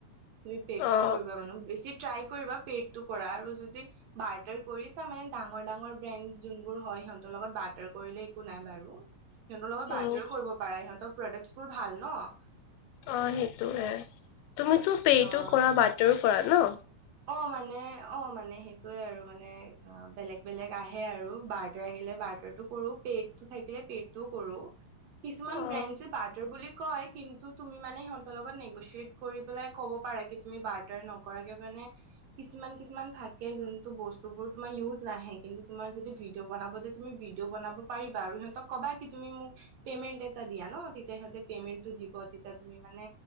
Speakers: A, on the right; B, on the left.
A: তুমি পেটটো
B: অ
A: কৰিবা মানে বেছি ট্ৰাই কৰিবা। পেডটো কৰা আৰু যদি বাৰটাৰ কৰিছা মানে ডাঙৰ ডাঙৰ ব্ৰেন্ড যোন বোৰ হয়। সিহতৰ লগত বাৰ্তাৰ কৰিলে একো নাই বাৰু সিহঁতৰ লগত বাৰ্তাৰো
B: উম
A: কৰিব পাৰে সিহঁতক। প্ৰডাকচনো ভাল ন অ',
B: অ' সেইটোয়ে তুমিতো পেইটো
A: অ
B: কৰা বাটাৰো কৰা ন।
A: অ' মানে অ মানে সেইটোয়ে আৰু মানে অ বেলেগ বেলেগ আহে আৰু বাৰ্তা আহিলে। বাৰ্তা টো কৰো পেডটো থাকিলে পেডটো কৰো কিছুমান
B: অ
A: বেন্ড চে বাৰ্তা বুলি। কয় কিন্তু তুমি মানে সিহঁতৰ লগত নেগচিয়েট কৰি পেলাই ক'ব পাৰা কি তুমি বাৰ্তাৰ নকৰাকে মানে। কিছুমান কিছুমান থাকে যোনটো বস্তু বোৰ তুমাৰ ইউজ নাহে কিন্তু তুমাৰ যদি ভিডিঅ' বনাব। তুমি ভিডি' বনাব পাৰিবা আৰু সিহতক কবা তুমি মোক পেমেন্ট এটা দিয়া ন তেতিয়া সিহতে পেমেন্ট টো। দিব তেতিয়া তুমি মানে